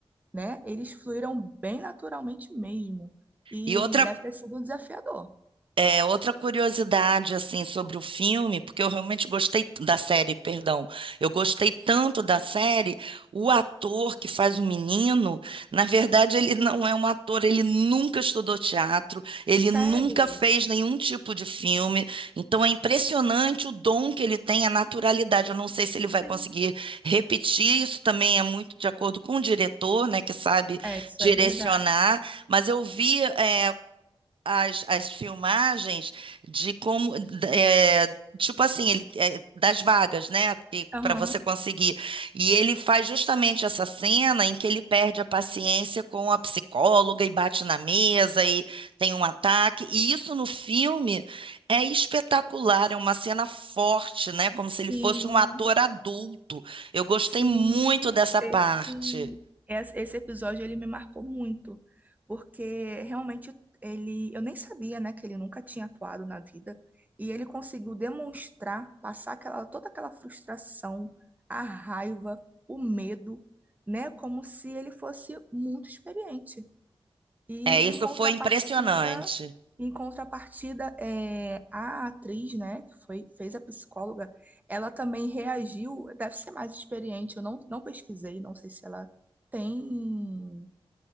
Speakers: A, on the right; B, on the right.
A: né? Eles fluíram bem naturalmente mesmo. E
B: e outra
A: deve ter sido desafiador.
B: É, outra curiosidade assim sobre o filme, porque eu realmente gostei t- da série, perdão. Eu gostei tanto da série, o ator que faz o menino, na verdade ele não é um ator, ele nunca estudou teatro, ele
A: Sério?
B: nunca fez nenhum tipo de filme. Então é impressionante o dom que ele tem, a naturalidade. Eu não sei se ele vai
A: Sim.
B: conseguir repetir, isso também é muito de acordo com o diretor, né, que sabe
A: É, isso
B: direcionar,
A: é verdade.
B: mas eu vi é, as, as filmagens de como é, tipo assim ele é, das vagas né
A: Aham.
B: para você conseguir e ele faz justamente essa cena em que ele perde a paciência com a psicóloga e bate na mesa e tem um ataque e isso no filme é espetacular é uma cena forte né como se
A: Sim.
B: ele fosse um ator adulto eu gostei
A: Sim,
B: muito dessa
A: esse,
B: parte
A: es- esse episódio ele me marcou muito, porque realmente ele, eu nem sabia, né, que ele nunca tinha atuado na vida, e ele conseguiu demonstrar, passar aquela, toda aquela frustração, a raiva, o medo, né, como se ele fosse muito experiente. E
B: é isso
A: em contrapartida,
B: foi impressionante
A: em contrapartida, é, a atriz, né, que foi, fez a psicóloga, ela também reagiu, deve ser mais experiente, eu não, não pesquisei, não sei se ela tem,